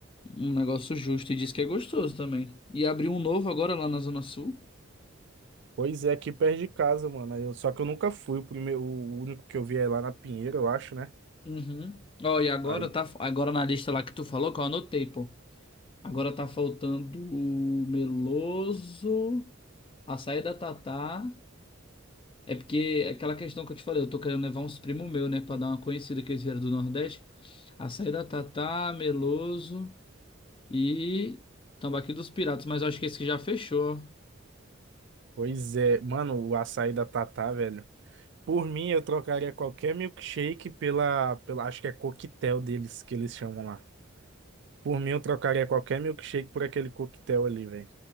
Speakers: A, on the left (about 25°); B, on the right (about 60°).
A: Um negócio justo e diz que é gostoso também. E abriu um novo agora lá na Zona Sul.
B: Pois é, aqui perto de casa, mano. Aí eu- Só que eu nunca fui. O primeiro, o único que eu vi é lá na Pinheiro, eu acho, né?
A: Uhum. Ó, e agora
B: Aí,
A: tá agora na lista lá que tu falou, que eu anotei, pô. Agora tá faltando o Meloso, açaí da Tatá. É porque é aquela questão que eu te falei, eu tô querendo levar uns primos meus, né, pra dar uma conhecida que eles vieram do Nordeste. Açaí da Tatá, Meloso e Tambaqui dos Piratas, mas eu acho que esse que já fechou. ó.
B: pois é. Mano, o açaí da Tatá, velho. Por mim, eu trocaria qualquer milkshake pela, pela. Acho que é coquetel deles que eles chamam lá. Por mim, eu trocaria qualquer milkshake por aquele coquetel ali, velho.